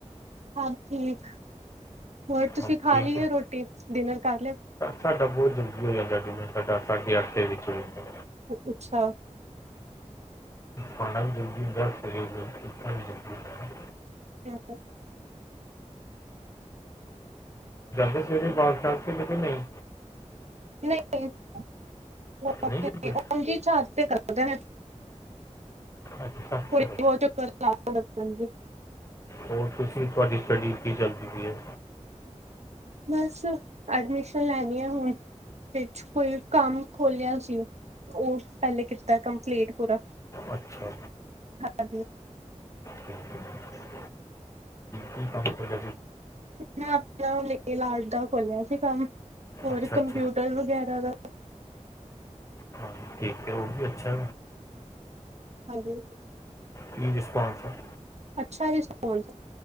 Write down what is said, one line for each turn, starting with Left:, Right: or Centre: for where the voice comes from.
Right: ਹਾਂ ਠੀਕ ਹੋਰ ਤੁਸੀਂ
Left: ਮੰਮੀ
Right: ਖਾ
Left: ਠੀਕ
Right: ਲਈ
Left: ਹੈ
Right: ਰੋਟੀ ਡਿਨਰ ਕਰ ਲ
Left: ਸਾਡਾ ਬਹੁਤ ਜਲਦੀ ਹੋ ਜਾਂਦਾ ਡੀਨਰ ਸਾਡਾ ਸਾਡੇ ਅਰਥੇ ਵਿੱਚ ਹੋ ਜਾਂਦਾ
Right: ਅੱਛਾ
Left: ਖਾਣਾ ਵੀ ਜਲਦੀ ਹੁੰਦਾ ਸਵੇਰੇ ਉਠਣਾ ਵੀ ਜਲਦੀ ਹੁੰ
Right: ਹਮ
Left: ਦੇ ਸਵੇਰੇ ਬਾਗ ਸ਼ ਕਿਤੇ ਨਹੀਂ
Right: <unintelligible>
Left: ਨਹੀਂ ਜਾਂਦੇ
Right: <unintelligible>
Left: ਅੱਛਾ ਚਲੋ ਹੋਰ ਤੁਸੀਂ ਤੁਹਾਡੀ ਸਟੱਡੀ ਕੀ ਚੱਲਦੀ ਪਈ ਹੈ।
Right: ਬਸ ਐਡਮਿਸ਼ਨ ਲੈਣੀ ਆ ਹੁਣ ਫ ਕੋਈ ਕੰਮ ਖੋਲਿਆ ਸੀ ਉਹ ਪਹਿਲੇ ਕੀਤਾ ਕੰਪਲੀਟ ਪੂਰਾ
Left: ਅੱਛਾ
Right: ਹਾਂਜੀ
Left: ਠੀਕ ਕੀ ਕੰਮ ਕਰ
Right: ਮੈਂ ਆਪਣਾ ਉਹ ਨੈਲ ਅਰਟ ਦਾ ਖੋਲਿਆ ਸੀ ਕੰਮ ਹੋਰ
Left: ਅੱਛਾ
Right: ਕੰਪਿਊਟਰ
Left: ਅੱਛਾ
Right: ਵਗੈਰਾ ਦਾ
Left: ਹਾਂ ਠੀਕ ਹੈ ਉਹ ਅੱਛਾ
Right: ਹਾਂਜੀ
Left: ਕੀ ਰਿਸਪੋਂਸ ਹੈ।
Right: ਅੱਛਾ ਰਿਸਪੋਂਸ